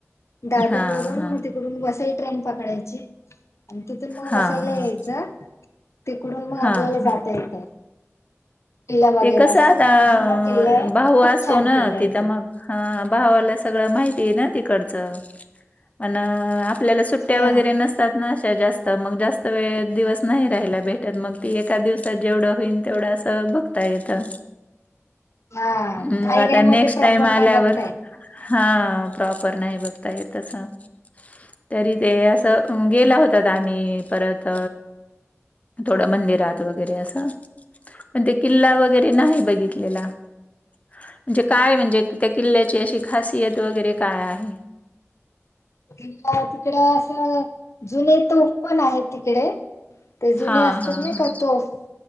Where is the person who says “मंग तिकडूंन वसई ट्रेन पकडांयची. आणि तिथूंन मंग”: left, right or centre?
Left